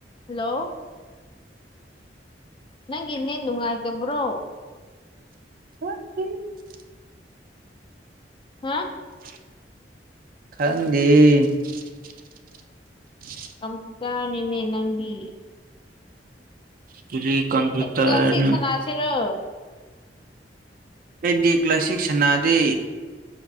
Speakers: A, on the left; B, on the right.
A: hello ꯅꯪꯒꯤꯅꯦ ꯅꯨꯡꯉꯥꯏꯇꯕ꯭ꯔꯣ
B: ꯊꯦ
A: ꯍꯥ
B: ꯈꯪꯒꯤ
A: ꯀꯝꯄꯤꯇ ꯅꯅꯦ ꯅꯪꯗꯤ
B: ꯀꯔꯤ ꯀꯝꯄ꯭ꯌꯨꯇꯔꯅꯣ
A: ꯀ꯭ꯂ꯭ꯂꯥꯁ ꯁꯤꯛꯁꯅꯁꯤꯔꯣ
B: ꯑꯩꯗꯤ ꯀ꯭ꯂꯥꯁ ꯁꯤꯛꯁ ꯁꯥꯟꯅꯥꯗꯦ